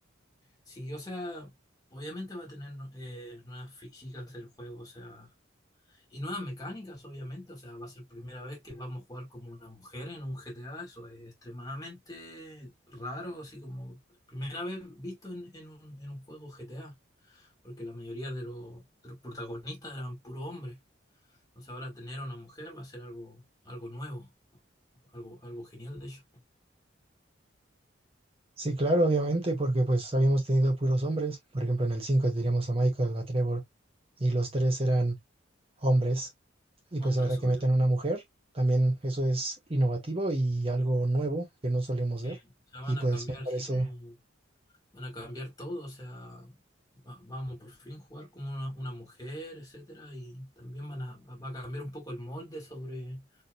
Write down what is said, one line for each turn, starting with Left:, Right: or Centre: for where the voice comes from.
Left: Sí, o sea, obviamente va a tener eh, nuevas físicas el juego, o sea, y nuevas mecánicas, obviamente, o sea, va a ser primera vez que vamos a jugar como una mujer en un GTA, eso es extremadamente raro, así como primera vez visto en, en un, en un juego GTA. porque la mayoría de, lo- de los protagonistas eran puro hombres. Entonces ahora tener a una mujer va a ser algo, algo nuevo, algo, algo genial de hecho.
Right: Sí, claro, obviamente, porque pues habíamos tenido puros hombres. Por ejemplo, en el 5 teníamos a Michael, a Trevor, y los tres eran hombres. Y
Left: Hombres,
Right: pues ahora que
Left: obvio.
Right: meten una mujer, también eso es innovativo y algo nuevo que no solemos
Left: Sí,
Right: ver.
Left: o sea, van
Right: Y pues
Left: a cambiar
Right: me parece,
Left: así como, van a cambiar todo, o sea, va- vamos por fin jugar como una, una mujer, etcétera, y también van a, va va a cambiar un poco el molde sobre,